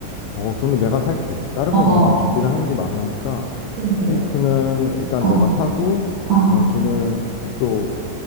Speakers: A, on the left; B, on the right.
A: 어, 그러면 내가 살게. 다른
B: 어,
A: 건 네가 다 준비를 하는 게 많으니까
B: 그래, 그래.
A: 케이크는 일단
B: 어,
A: 내가 사고
B: 어,
A: 어, 돈을 또